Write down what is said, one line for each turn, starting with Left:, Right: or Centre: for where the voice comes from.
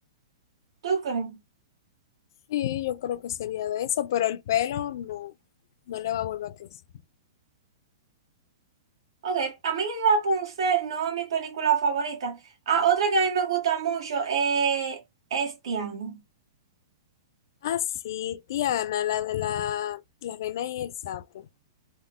Right: ¿Tú crees?
Left: Sí, yo creo que sería de eso, pero el pelo no, no le va a volver a crecer.
Right: Ok, a mí Rapunzel no es mi película favorita. Ah, otra que a mí me gusta mucho eh, es Tiana.
Left: Ah, sí, Tiana, la de la, la reina y el sapo.